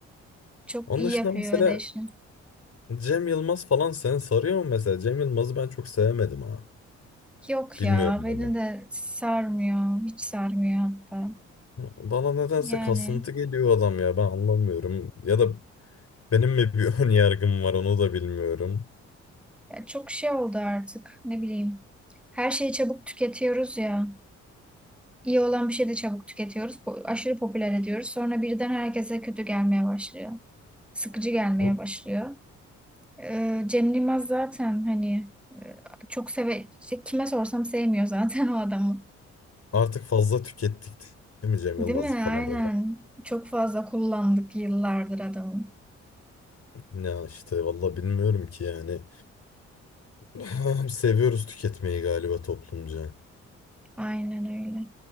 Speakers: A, in the centre; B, on the left (about 45°).
A: Çok
B: Onun
A: iyi
B: dışında
A: yapıyor
B: mesela
A: öyle işini.
B: Cem Yılmaz falan seni sarıyor mu mesela? Cem Yılmaz'ı ben çok sevemedim ha.
A: Yok
B: Bilmiyorum
A: ya beni
B: neden.
A: de sarmıyor. Hiç sarmıyor hatta.
B: Bana nedense
A: Yani
B: kasıntı geliyor adam ya ben anlamıyorum. Ya da benim mi bir <laughs> ön yargım var onu da bilmiyorum.
A: ya çok şey oldu artık ne bileyim. Her şeyi çabuk tüketiyoruz ya. İyi olan bir şeyi de çabuk tüketiyoruz. po- Aşırı popüler ediyoruz. Sonra birden herkese kötü gelmeye başlıyor. Sıkıcı gelmeye
B: Bu-
A: başlıyor. Ee, Cem Yılmaz zaten hani e, çok seve işte kime sorsam sevmiyor zaten <laughs> o adamı.
B: Artık fazla tükettik değil mi Cem
A: Değil
B: Yılmaz'ı
A: mi?
B: falan
A: Aynen.
B: da.
A: Çok fazla kullandık yıllardır adamı.
B: Ya işte valla bilmiyorum ki yani. <laughs> Seviyoruz tüketmeyi galiba toplumca.
A: Aynen öyle.